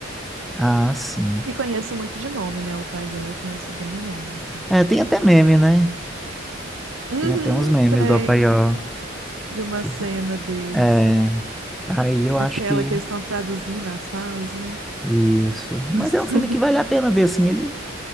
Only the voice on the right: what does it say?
E conheço muito de nome, né? O Paió, eu conheço bem o nome, assim.
Uhum,
tem.
De uma
cena deles.
Aquela
que eles estão traduzindo as falas, né?
<laughs>